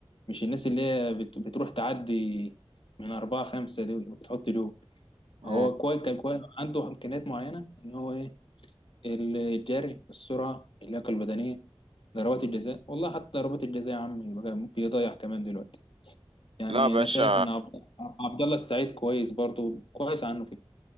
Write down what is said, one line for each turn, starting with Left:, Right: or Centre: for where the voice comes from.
Left: مش الناس اللي هي بت- بتروح تعدي من أربعة خمسة دي وبتحط جول
Right: مم.
Left: هو كويس كان كويس عنده إمكانيات معينة إن هو إيه، الجري السرعة اللياقة البدنية ضربات الجزاء والله حتى ضربات الجزاء يا عم بقى بيضيع كمان دلوقتي يعني
Right: لا يا باشا
Left: انا شايف ان عبد عبد الله السعيد كويس برضو كويس عنه كده